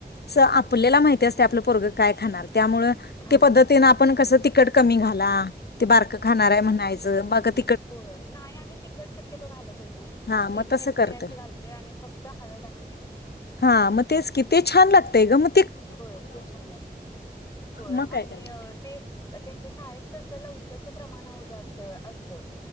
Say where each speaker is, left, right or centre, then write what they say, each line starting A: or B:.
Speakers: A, on the left (about 80°); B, on the left (about 20°).
A: स आपल्याला माहिती असतय आपलं पोरग काय खाणार. त्यामुळे
B: खाणार
A: ते पद्धतीनं
B: होय.
A: आपण कसं तिकड कमी घाला ते बारकं खाणार आहे म्हणायच बकत
B: होय नाही आम्ही तिकट शक तो घालतच नाही
A: हा मग
B: एक
A: तसं
B: मिरची
A: करत
B: अशी घालतोय आणि फक्त हळद आणि मीठ
A: हा मग तेच की ते छान लागतंय ते गम
B: होय ते छान लागते होय
A: मग
B: आणि
A: काय करायचं
B: ते त्यांच्या शाळेत कस लवंगचं प्रमाण जास्त असतय.